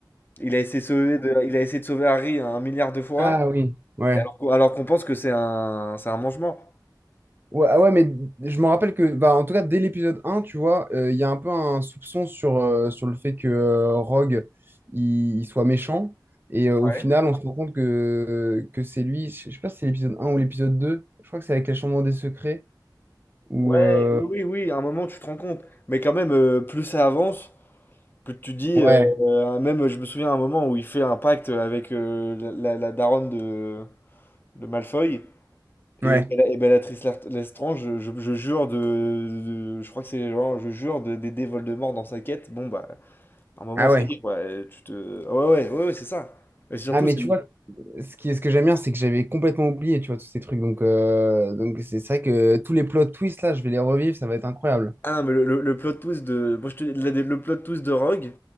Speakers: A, on the left; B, on the right.
A: Il a essayé de sauver, de- il a essayé de sauver Harry un milliard de fois,
B: Ah oui, ouais.
A: et alors, qu'on- alors qu'on pense que c'est un, c'est un mange-mort.
B: Ouais, ah ouais, mais je me rappelle que, bah, en tout cas, dès l'épisode un tu vois, euh, il y a un peu un soupçon sur, euh, sur le fait que euh, Rogue, il, il soit méchant. Et euh, au
A: Ouais.
B: final, on se rend compte que, euh, que c'est lui. Je sais pas si c'est l'épisode un ou l'épisode deux Je crois que c'est avec la Chambre des Secrets. Ou,
A: Ouais,
B: euh,
A: oui, oui, oui, à un moment, tu te rends compte. Mais quand même, euh, plus ça avance, plus tu te dis,
B: Ouais,
A: euh, euh, même, je me souviens à un moment où il fait un pacte avec euh, la, la- la daronne de, de Malfoy, Et,
B: ouais.
A: Bella- et Bellatrice Lart- Lestrange, je, je- je jure de, de- Je crois que c'est genre, je jure de- d'aider Voldemort dans sa quête. Bon, bah, à un moment,
B: Ah
A: ça
B: ouais.
A: y est, quoi. euh, Tu te... ah Ouais, ouais, ouais, ouais, c'est ça. Et surtout,
B: Ah, mais
A: c'est
B: tu
A: le...
B: vois, ce qui, ce que j'aime bien, c'est que j'avais complètement oublié, tu vois, tous ces trucs. Donc, euh, donc c'est c'est vrai que tous les plot twists, là, je vais les revivre. Ça va être incroyable.
A: Ah non, mais le, le- le plot twist de... Moi, je te... le, le plot twist de Rogue,